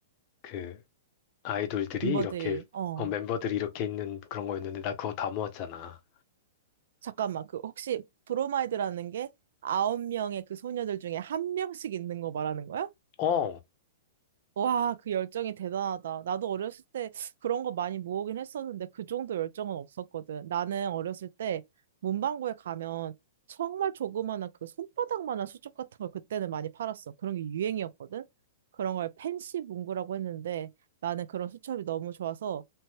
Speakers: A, on the left (about 35°); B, on the right (about 70°).
A: 그 아이돌들이
B: 멤버들이.
A: 이렇게
B: 어.
A: 어, 멤버들이 이렇게 있는 그런 거였는데 나 그거 다 모았잖아.
B: 잠깐만, 그 혹시 브로마이드라는 게 아홉 명의 그 소녀들 중에 한 명씩 있는 거 말하는 거야?
A: 어,
B: 와, 그 열정이 대단하다. 나도 어렸을 때 그런 거 많이 모으긴 했었는데 그 정도 열정은 없었거든. 나는 어렸을 때 문방구에 가면 정말 조그마한 그 손바닥만한 수첩 같은 걸 그때는 많이 팔았어. 그런 게 유행이었거든. 그런 걸 펜시 문구라고 했는데 나는 그런 수첩이 너무 좋아서